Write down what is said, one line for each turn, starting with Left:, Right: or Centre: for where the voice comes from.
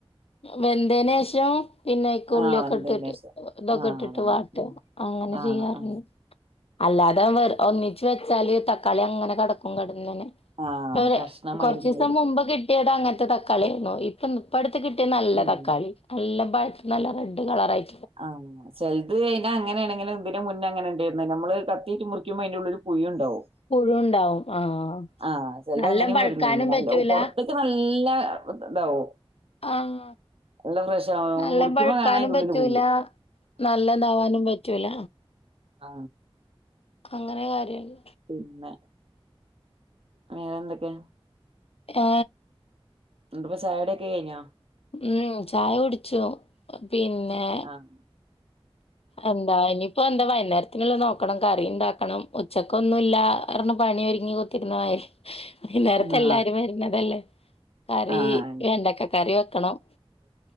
Left: വെന്തേനുശേഷം പിന്നെക്ക ഉള്ളിയൊക്കെ
Right: ആ വന്നതിന്
Left: ഇട്ടിട്ട്
Right: ശേഷം
Left: ഇതൊക്കെ
Right: ആ
Left: ഇട്ടിട്ട്
Right: അതന്നെ
Left: വാട്ടുക
Right: ഉം.
Left: അങ്ങനെ
Right: ആ
Left: ചെയ്യാറുണ്ട്.
Right: ആ
Left: അല്ലാതെ ഒന്നിച്ച് വെച്ചാല് തക്കാളി അങ്ങനെ കിടക്കും കിട
Right: ആ
Left: അങ്ങനെ
Right: കഷ്ണമായി
Left: കുറച്ച്
Right: ഇങ്ങനെ
Left: ദിവസം
Right: കൊടുക്കും
Left: മുമ്പ് കിട്ടിയത് അങ്ങനത്തെ ത കളിയാണോ ഇപ്പൊ ഇപ്പ കിട്ടിയ നല്ല
Right: ഉം
Left: തക്കാളി നല്ല നല്ല റെഡ് കളർ ആയി
Right: ആഹ് ചെലത് അങ്ങനെണ് ഇങ്ങനെ ഇതിന് മുന്നേ അങ്ങനെ ഉണ്ട നമ്മള് കത്തിയിറ്റു മുറിക്കുമ്പോ അതിൻ്റെ ഉള്ളില് പുഴു ഉണ്ടാവും.
Left: പുഴു ഉണ്ടാവും. ആഹ്
Right: ആ ചിലത്
Left: നല്ലം
Right: അങ്ങനെയും
Left: പഴുക്കാനും
Right: വരും നല്ല
Left: പറ്റൂല
Right: പുറത്തേക്ക് നല്ല ഇതാവും
Left: ആഹ്
Right: നല്ല ഫ്രഷ് ആവും
Left: നല്ലം
Right: മുറിക്കുമ്പോ
Left: പഴുക്കാനും
Right: കാണാ അറെ ഉള്ളില്
Left: പറ്റൂല
Right: പുഴു.
Left: നല്ലതാവാനും പറ്റൂല.
Right: ആ.
Left: അങ്ങനെ കാര്യല്ല.
Right: പിന്നെ വേറെ എന്തൊക്കെ?
Left: ഏ
Right: ഇപ്പ ചായകുടി ഒക്കെ കഴിഞ്ഞാ?
Left: ഉം ചായ കുടിച്ചു. പിന്നെ
Right: ആഹ്
Left: എന്താ ഇനിപ്പോ എന്താ വൈകുന്നേരത്തിനുള്ള നോ ക്കണം കറി ഇണ്ടാക്കണം ഉച്ചക്ക് ഒന്നുല്ലാ ർണ് പണി ഒരുങ്ങി കുത്തിര്ന്നതേനി. വൈന്നേരത്ത്
Right: ആഹ്
Left: എല്ലാരും വര്നതല്ലേ. കറീ
Right: ആഹ്
Left: വെണ്ടക്ക കറി വെക്കണം.